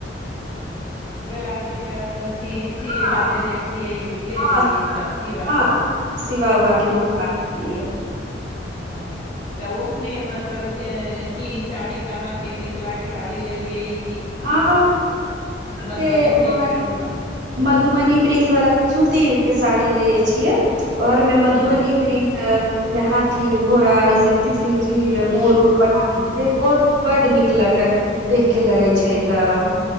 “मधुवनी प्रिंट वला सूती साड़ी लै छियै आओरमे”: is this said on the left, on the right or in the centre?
Right